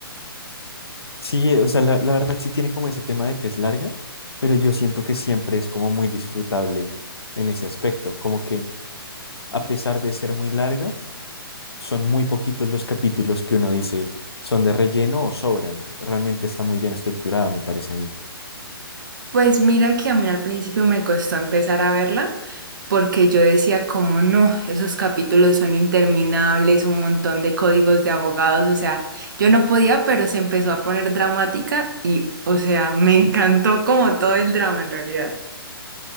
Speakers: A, on the left; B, on the right.
A: Sí, o sea, la, la verdad sí tiene como ese tema de que es larga, pero yo siento que siempre es como muy disfrutable en ese aspecto, como que a pesar de ser muy larga, son muy poquitos los capítulos que uno dice son de relleno o sobran. Realmente está muy bien estructurada, me parece a mí.
B: Pues mira que a mí al principio me costó empezar a verla porque yo decía como no, esos capítulos son interminables, un montón de códigos de abogados, o sea, yo no podía, pero se empezó a poner dramática y, o sea, me encantó como todo el drama en realidad.